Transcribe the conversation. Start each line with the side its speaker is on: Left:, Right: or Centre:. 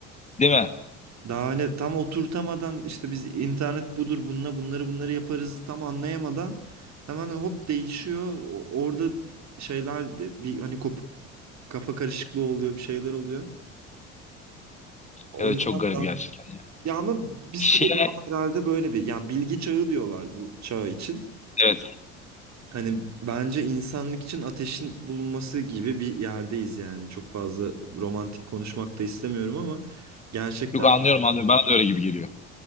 Left: Değil mi?
Right: Daha hani tam oturtamadan işte biz internet budur bununla bunları bunları yaparızı tam anlayamadan hemen hop değişiyor. O- Orada şeyler bir, bir hani kopuk kafa karışıklığı oluyor bir şeyler oluyor. O
Left: Evet
Right: yüzden
Left: çok garip
Right: daha
Left: gerçekten ya.
Right: Ya ama bir süre
Left: Şeye
Right: daha herhalde böyle bir yani bilgi çağı diyorlar bu çağ için.
Left: evet.
Right: Hani bence insanlık için ateşin bulunması gibi bir yerdeyiz yani. Çok fazla romantik konuşmak da istemiyorum ama gerçekten
Left: Yok anlıyorum anlıyorum. Bana da öyle gibi geliyor.